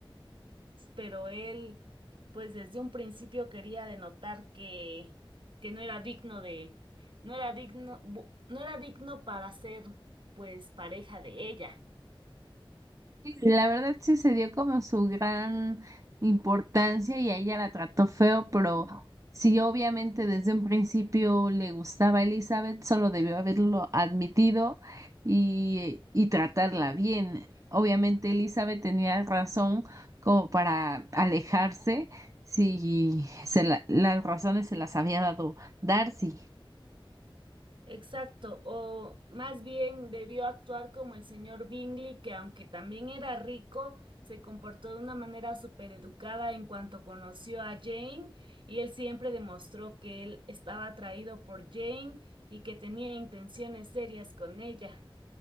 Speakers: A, on the right; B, on the right.
A: pero él, pues desde un principio quería denotar que, que no era digno de, no era digno, bu- no era digno para ser, pues, pareja de ella.
B: Sí, La verdad sí se dio como su gran importancia y a ella la trató feo, pero sí obviamente desde un principio le gustaba a Elizabeth, solo debió haberlo admitido y, y tratarla bien. Obviamente Elizabeth tenía razón como para alejarse si se la- las razones se las había dado Darcy.
A: Exacto, o más bien debió actuar como el señor Bingley, que aunque también era rico, se comportó de una manera súper educada en cuanto conoció a Jane, y él siempre demostró que él estaba atraído por Jane y que tenía intenciones serias con ella.